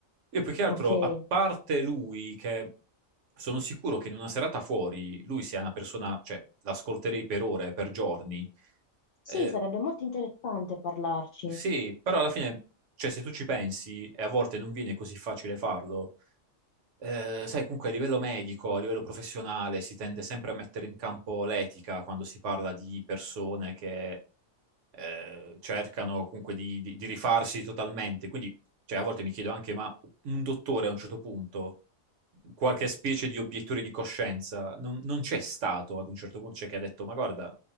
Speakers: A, on the right (about 65°); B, on the left (about 70°).
A: Io più che altro,
B: ok.
A: a parte lui, che sono sicuro che in una serata fuori lui sia una persona, cioè, l'ascolterei per ore, per giorni.
B: Sì,
A: Eh,
B: sarebbe molto interessante parlarci.
A: sì, però alla fine, cioè, se tu ci pensi, e a volte non viene così facile farlo Eh, sai, comunque a livello medico, a livello professionale, si tende sempre a mettere in campo l'etica quando si parla di persone che eh, cercano comunque di, di- di rifarsi totalmente. Quindi, cioè, a volte mi chiedo anche, ma un dottore a un certo punto, qualche specie di obiettore di coscienza, non, non c'è stato ad un certo punto, cioè che ha detto, ma guarda,